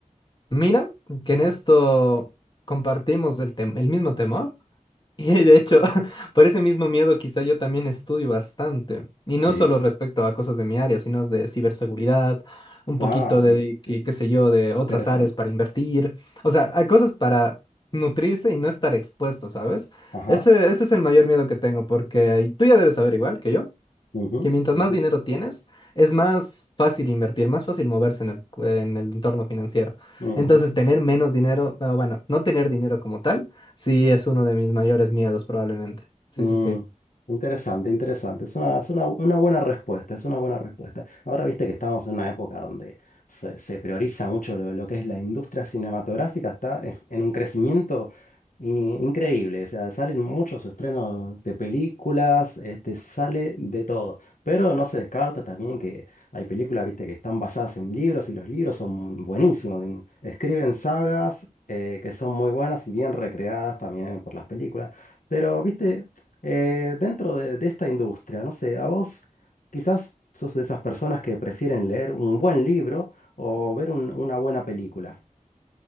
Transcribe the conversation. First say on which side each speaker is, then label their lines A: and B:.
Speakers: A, on the left (about 35°); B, on the left (about 70°).
A: Mira que en esto compartimos el tem- el mismo temor <laughs> y de hecho <laughs> por ese mismo miedo quizá yo también estudio bastante y no
B: Sí.
A: solo respecto a cosas de mi área, sino de ciberseguridad, un
B: Ah,
A: poquito de,
B: sí,
A: qué, qué sé yo, de otras
B: interesante.
A: áreas para invertir, o sea, hay cosas para nutrirse y no estar expuesto, ¿sabes?
B: Ajá.
A: Ese, ese es el mayor miedo que tengo porque y tú ya debes saber igual que yo
B: ujú,
A: que mientras
B: Sí,
A: más
B: sí.
A: dinero tienes, es más fácil invertir, más fácil moverse en el, en el entorno financiero.
B: ujú.
A: Entonces, tener menos dinero, ah, bueno, no tener dinero como tal, sí es uno de mis mayores miedos probablemente. Sí,
B: Mm,
A: sí, sí.
B: interesante, interesante. Es una, es una, una buena respuesta, es una buena respuesta. Ahora viste que estamos en una época donde se, se prioriza mucho lo, lo que es la industria cinematográfica, está en en un crecimiento i- increíble. O sea, salen muchos estrenos de películas, este, sale de todo. Pero no se descarta también que hay películas, viste, que están basadas en libros y los libros son buenísimos. en- Escriben sagas eh, que son muy buenas y bien recreadas también por las películas. Pero, viste, eh, dentro de, de esta industria, no sé, a vos quizás sos de esas personas que prefieren leer un buen libro o ver un- una buena película.